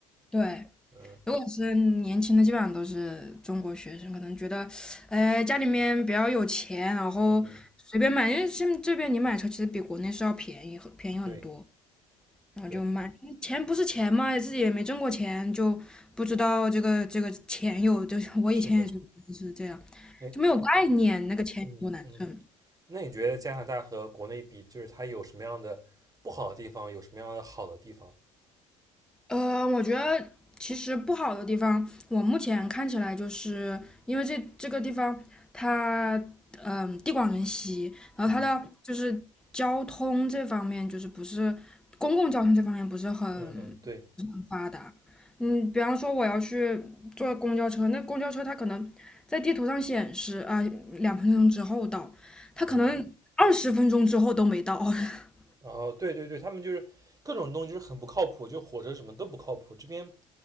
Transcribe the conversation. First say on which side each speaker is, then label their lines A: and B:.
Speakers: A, in the centre; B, on the right.
A: 对，
B: 嗯
A: 如果是年轻的，基本上都是中国学生，可能觉得，哎，家里面比较有钱，然后随便买，
B: 嗯嗯，
A: 因为现在这边你买车其实比国内是要便宜很，便宜很多，
B: 对
A: 然后就买。
B: 对，
A: 钱不是钱嘛，自己也没挣过钱，就不知道这个这个钱有，就是我以前也是是这样，
B: 是的，哎，
A: 就没有概念，那个钱有多难挣。
B: 嗯嗯。那你觉得加拿大和国内比，就是它有什么样的不好的地方，有什么样的好的地方？
A: 呃，我觉得其实不好的地方，我目前看起来就是因为这这个地方它嗯、地广人稀，然后它的就是交通这方面就是不是公共交通这方面不是很很发达。
B: 嗯嗯嗯，对，
A: 嗯，比方说我要去坐公交车，那公交车它可能在地图上显示啊、两分钟之后到，
B: 嗯，
A: 它可能二十分钟之后都没到。<laughs>
B: 然后对对对，他们就是各种东西就是很不靠谱，就火车什么都不靠谱，这边